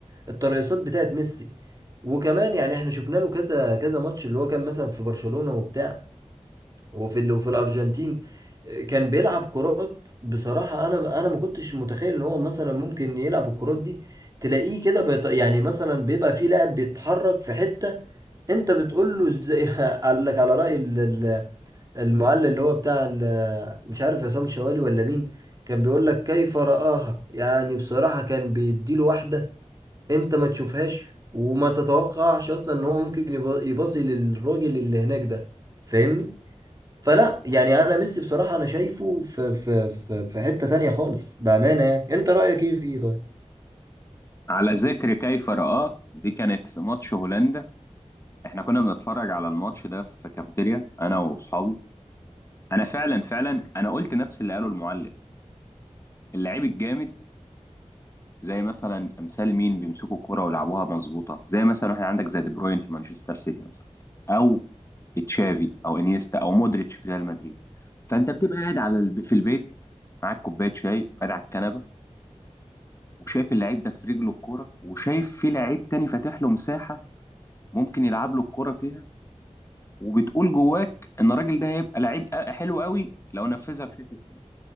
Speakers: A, on the right; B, on the left.
A: الترقصات بتاعت ميسي وكمان يعني احنا شفنا له كذا كذا ماتش اللي هو كان مثلا في برشلونة وبتاع وفي ال... وفي الارجنتين آه، كان بيلعب كرات بصراحه انا انا ما كنتش متخيل ان هو مثلا ممكن يلعب الكرات دي تلاقيه كده بيط... يعني مثلا بيبقى في لاعب بيتحرك في حته انت بتقول له ازاي <laughs> قال لك على راي ال- ال- المعلق اللي هو بتاع ال- مش عارف عصام شوالي ولا مين كان بيقول لك كيف رآها يعني بصراحه كان بيديله واحده انت ما تشوفهاش وما تتوقعش اصلا ان هو ممكن يبا- يباصي للراجل اللي هناك ده فاهمني فلا يعني انا ميسي بصراحة انا شايفه في في في في حتة تانية خالص بأمانة يعني انت رأيك ايه فيه طيب
B: على ذكر كيف رآه دي كانت في ماتش هولندا احنا كنا بنتفرج على الماتش ده في كافيتيريا أنا وأصحابي أنا فعلا فعلا أنا قلت نفس اللي قاله المعلق اللعيب الجامد زي مثلا امثال مين بيمسكوا الكرة ويلعبوها مظبوطه زي مثلا واحد عندك زي دي بروين في مانشستر سيتي مثلا او تشافي او انيستا او مودريتش في ريال مدريد فانت بتبقى قاعد على الب... في البيت معاك كوبايه شاي قاعد على الكنبه وشايف اللعيب ده في رجله الكوره وشايف في لعيب تاني فاتح له مساحه ممكن يلعب له الكوره فيها وبتقول جواك ان الراجل ده هيبقى لعيب أ- حلو قوي لو نفذها بشكل كويس